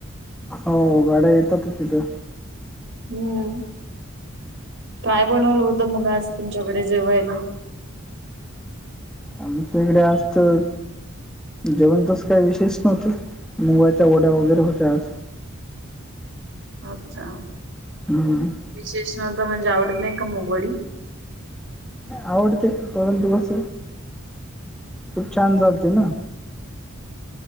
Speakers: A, in the centre; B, on the right (about 55°).
A: हो, गाड्या येतातच इथं.
B: हम्म, काय बनवलं होत मग आज तुमच्याकडे जेवायला?
A: आमच्या इकडे असतं जेवण तसं काय विशेष नव्हतं, मुगाच्या वड्या वगैरे होत्या आज.
B: अच्छा!
A: हम.
B: विशेष नव्हत म्हणजे आवडत नाही का मुगवडी.
A: आवडते परंतु कस, खूप छान झालती ना.